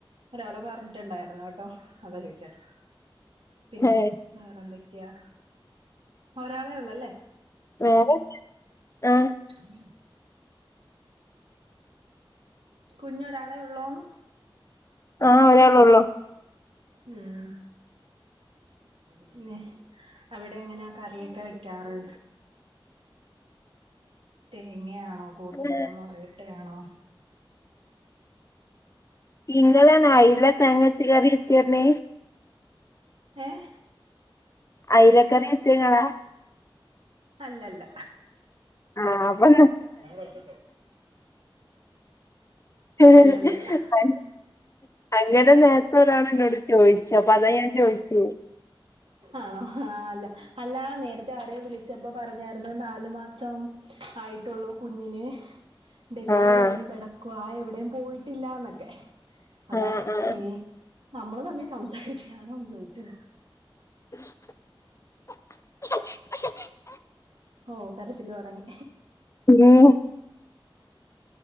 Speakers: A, on the right; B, on the left.
A: ഒരാള് പറ്ഞ്ഞിട്ടുണ്ടായിരുന്നുട്ടോ അതാ ചോയിച്ചേട്ടൊ പിന്നെ
B: ഏഹ്
A: വേറെന്തൊക്യയാ ഒരാളെ ഒള്ളല്ലേ
B: വേറെ ആഹ്
A: <unintelligible> കുഞ്ഞൊരാളെ ഒള്ളൂ
B: ആഹ് ഒരാള് ഒള്ളൂ
A: ഉം പിന്നെ അവിടെ എങ്ങനെ കറിയൊക്കെ വെക്കാറ് തേങ്ങയാണോ കൂടുതല്
B: ഏഹ്
A: അതോ മുളകിട്ടയാണോ
B: ഇങ്ങളെണോ അയില തേങ്ങര്ച്ച് കറിവെച്ച്ർഞ്ഞെ
A: ഏഹ്
B: അയിലക്കറി വെച്ചത് ഇങ്ങളാ
A: അല്ലല്ല
B: ആഹ് അപ്പൊ
A: ആഹ്
B: <unintelligible>
A: അല്ലല്ല
B: അങ്ങനെ നേരത്തെ ഒരാള് എന്നോട് ചോയ്ച്ച് അപ്പൊ അതാ ഞാൻ ചോയിച്ചേ
A: ആണോ ആ അല്ല അല്ല നേരത്തെ ആരേയോ വിളി ട്ട് പറഞ്ഞാർന്നു നാല് മാസം ആയിട്ടുള്ളു കുഞ്ഞിന് ഡെലിവറി
B: ആഹ്
A: കഴിഞ്ഞ് കിടക്കുവാ എവിടെയും പോയിട്ടില്ലാന്നൊക്കെ അതാ
B: ആഹ് ആഹ്
A: ഇനി നമ്മള് തന്നെ സംസാരിച്ചയാണോന്ന് ചോദിച്ചത്
B: <unintelligible>
A: ഓ കരച്ചില് തുടങ്ങി
B: ഉം